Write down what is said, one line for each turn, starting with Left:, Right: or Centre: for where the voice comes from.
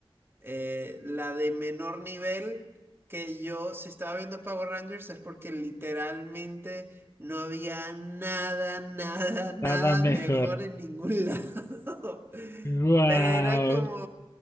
Right: Eh, la de menor nivel que yo, si estaba viendo Power Rangers, es porque literalmente no había nada, nada, nada
Left: Nada mejor.
Right: mejor en ningún lado. <laughs>
Left: ¡Guau!
Right: Pero era como,